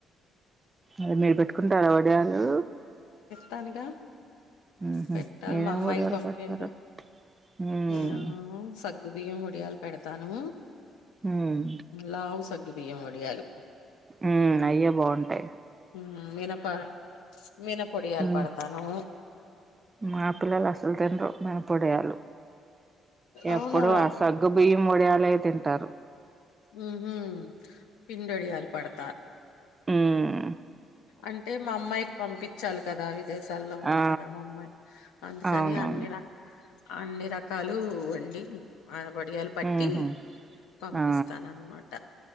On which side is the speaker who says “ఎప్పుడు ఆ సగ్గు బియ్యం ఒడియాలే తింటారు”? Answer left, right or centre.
Right